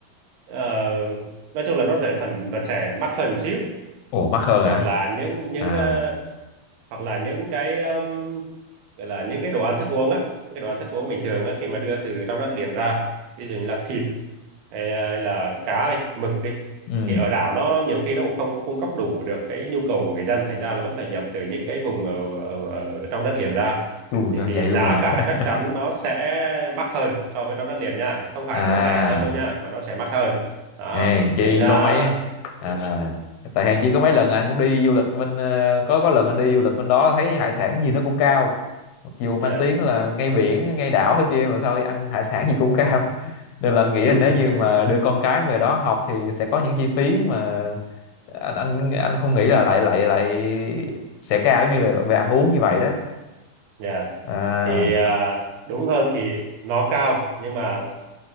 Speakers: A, on the right; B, on the left.
A: ờ, nói chung là nó sẽ phần phần sẽ mắc hơn xíu
B: ủa mắc hơn hả
A: hoặc là những những
B: à
A: ờ, hoặc là những cái um, gọi là những cái đồ ăn thức uống á những cái đồ ăn thức uống bình thường á khi mà đưa từ trong đất liền ra ví dụ như là thịt hay, ờ, hay là cá đi mực đi
B: ừ
A: thì ở đảo nó nhiều khi nó cũng không cung cấp đủ được cái nhu cầu của người dân thành ra là vẫn phải nhập từ những cái vùng ở, ở, ở trong đất liền ra
B: chù
A: thì,
B: cho
A: thì
B: vậy
A: giá
B: luôn hả
A: cả chắc
B: <laughs>
A: chắn nó sẽ mắc hơn so với trong đất liền nha không phải
B: à
A: là nó rẻ hơn đâu nha mà nó sẽ mắc hơn đó
B: Hèn chi
A: thành ra
B: có mấy
A: ừ,
B: à, tại hèn chi có mấy lần anh cũng đi du lịch bên ờ, có có lần anh đi du lịch bên đó thấy hải sản gì nó cũng cao mặc dù
A: yeah.
B: mang tiếng là ngay biển ngay đảo thế kia mà sao ăn hải sản gì cũng cao <laughs> nên là anh nghĩ là
A: <laughs>
B: nếu như mà đưa con cái về đó học thì sẽ có những chi phí mà anh anh anh không nghĩ là lại lại lại sẽ cao như là về ăn uống như vậy đó
A: yeah.
B: à
A: thì à, đúng hơn thì nó cao nhưng mà